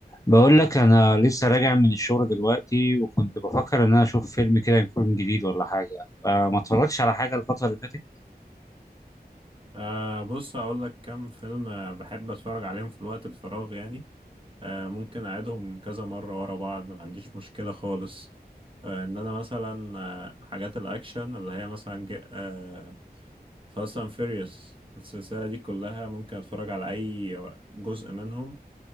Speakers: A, on the left (about 20°); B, on the right (about 30°).
A: بقول لك انا لسه راجع من الشغل دلوقتي وكنت بفكر ان انا اشوف فيلم كده يكون جديد ولا حاجه أه ما اتفرجتش على حاجه الفتره اللي فاتت
B: أه بص هقول لك كام فيلم آه، بحب اتفرج عليهم في الوقت الفراغ يعني أه ممكن اعيدهم كذا مرة ورا بعض ما عنديش مشكلة خالص أه ان انا مثلا أه حاجات الاكشن اللي هي مثلا جا- أه فاست اند فيريوس السلسلة دي كلها ممكن اتفرج على اي جزء منهم